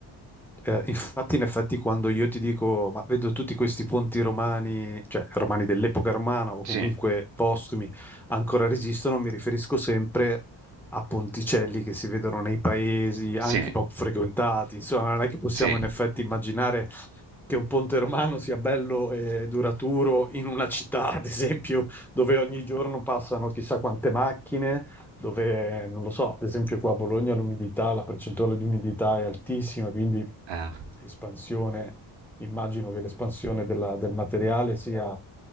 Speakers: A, in the centre; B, on the right (about 80°).
A: Eh, infatti, in effetti, quando io ti dico, ma vedo tutti questi ponti romani, cioè romani dell'epoca romana o
B: Sì,
A: comunque postumi, ancora resistono, mi riferisco sempre a ponticelli che si vedono nei paesi anche
B: sì,
A: poco frequentati. Insomma, non è che possiamo
B: sì.
A: in effetti immaginare che un ponte romano sia bello e duraturo in una città, ad esempio, dove ogni giorno passano chissà quante macchine dove, non lo so, ad esempio qua a Bologna l'umidità, la percentuale di umidità è altissima, quindi
B: ah.
A: espansione, immagino che l'espansione della- del materiale sia